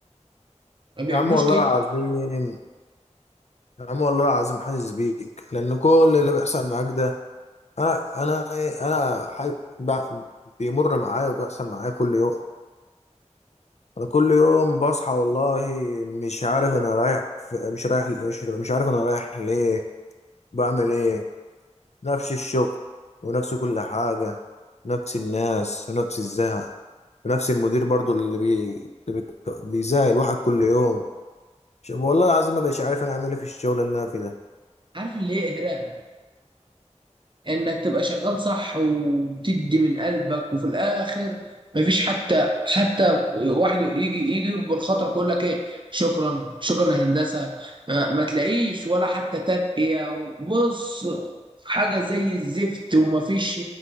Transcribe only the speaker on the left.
يا عم والله
العظيم يا عم والله العظيم حاسس بيك لان كل اللي بيحصل معاك ده انا انا إيه، انا حي... ب- بيمر معايا وبيحصل معايا كل يوم انا كل يوم بصحى والله مش عارف انا رايح في... مش رايح مش مش عارف انا رايح ليه بعمل ايه نفس الشغل ونفس كل حاجة نفس الناس ونفس الزهق ونفس المدير برضو اللي بي... اللي بي... بيزهق الواحد كل يوم ش- والله العظيم ما بقيتش عارف انا اعمل ايه في الشغل اللي انا فيه ده